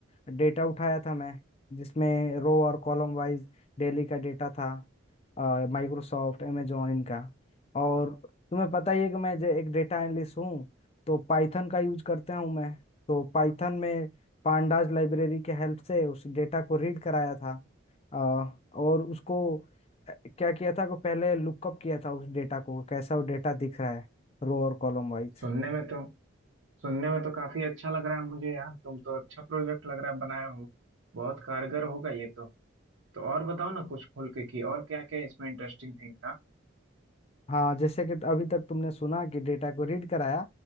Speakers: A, on the left; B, on the right.
A: डेटा उठाया था मैं जिसमें रो और कॉलम वाइज डेली का डेटा था माइक्रोसॉफ्ट amazon इनका और तुम्हें पता ही है कि मैं जे- एक डेटा एनालिस्ट हूँ तो पाइथन का यूज करता हूँ मैं तो पाइथन में पांडाज लाइब्रेरी के हेल्प से उस डेटा को रीड कराया था अ, और उसको अ, क्या किया था कि पहले लुकअप किया था उस डेटा को कैसा वो डेटा दिख रहा है रो और कॉलम वाइज
B: सुनने में तो सुनने में तो काफी अच्छा लग रहा है मुझे यार तुम तो अच्छा प्रोजेक्ट लग रहा है बनाए हो बहुत कारगर होगा ये तो तो और बताओ ना कुछ खुल के कि और क्या क्या इसमें इंटरेस्टिंग थिंग
A: हाँ जैसे कि अभी तक तुमने सुना कि डेटा को रीड कराया